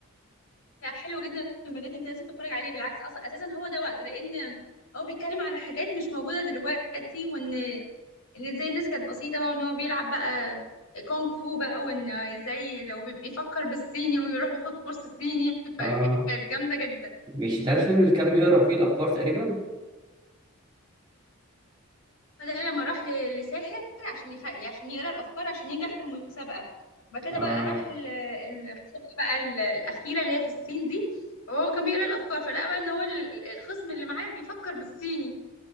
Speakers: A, on the left (about 90°); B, on the right (about 20°).
A: لا حلو جدا بجد انت لازم تتفرج عليه بالعكس اصلا اساسا هو ده وقته لان هو بيتكلم على حاجات مش موجوده دلوقتي وان ان ازاي الناس كانت بسيطه بقى وان هو بيلعب بقى كونغ فو بقى وان ازاي لو بي- بيفكر بالصيني ويروح ياخد كورس صيني فكانت
B: اه
A: جامده جدا
B: مش ده الفيلم اللي كان بيقرا فيه الافكار تقريبا
A: فده لما راح ل- لساحر عشان يخ... يعني عشان يقرا الافكار عشان ينجح في المسابقه بعد كده
B: اه
A: بقى راح ال- المسابقه بقى ال- الاخيره اللي هي في الصين دي وهو كان بيقرا الافكار فلقى بقى ان هو ال- الخصم اللي معاه بيفكر بالصيني